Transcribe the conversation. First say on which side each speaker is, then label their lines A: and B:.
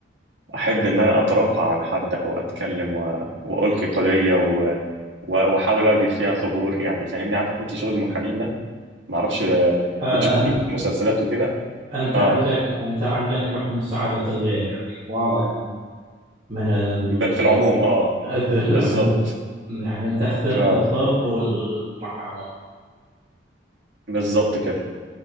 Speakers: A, on the right (about 80°); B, on the right (about 35°).
A: أحب إن أنا أترافع عن حد أو أتكلم و... وألقي قضية و... و... وأحاول أجد فيها ثغور يعني فاهمني عارف أنت شغل المحامين ده معرفش آه،
B: آه
A: بتشوفه
B: أن-
A: في المسلسلات وكده
B: أنت
A: أه
B: عندك أنت عندك حب مساعدة الغير يعني واضح من من ال...
A: ب... في العموم أه
B: <laughs> بالعموم
A: بالظبط
B: يعني أنت اخترت
A: أه
B: الطب والمحاماة
A: بالظبط كده